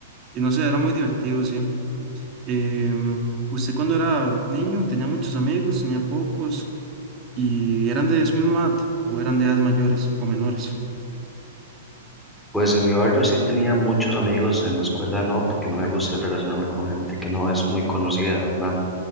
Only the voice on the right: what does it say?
y no sé, era muy divertido, sí. Em, ¿usted cuando era niño tenía muchos amigos, tenía pocos, y eran de su misma edad, o eran de edades mayores o menores?